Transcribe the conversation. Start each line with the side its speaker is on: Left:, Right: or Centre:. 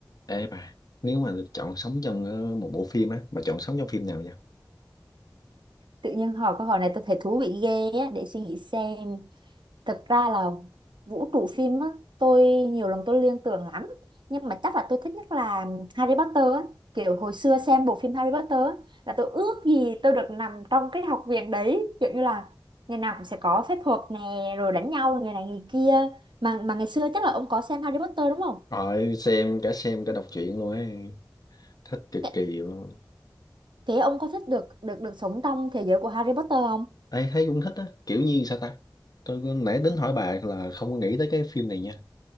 Left: Ê bà, nếu mà được chọn sống trong ờ, một bộ phim á, mà chọn sống trong phim nào vậy?
Right: tự nhiên hỏi câu hỏi này tôi thấy thú vị ghê á để suy nghĩ xem thực ra là vũ trụ phim á tôi nhiều lần tôi liên tưởng lắm nhưng mà chắc là tôi thích nhất là Harry Potter á kiểu hồi xưa xem bộ phim Harry Potter á, là tôi ước gì tôi được nằm trong cái học viện đấy kiểu như là ngày nào cũng sẽ có phép thuật nè rồi đánh nhau người này người kia mà mà ngày xưa chắc là ông có xem Harry Potter đúng không
Left: Rồi xem cả xem cả đọc truyện luôn ấy, thích cực
Right: thế
Left: kỳ luôn.
Right: thế ông có thích được được được sống trong thế giới của Harry Potter không
Left: Ê, thấy cũng thích á, kiểu như sao ta? Tôi có- nãy tính hỏi bà là không có nghĩ tới cái phim này nha,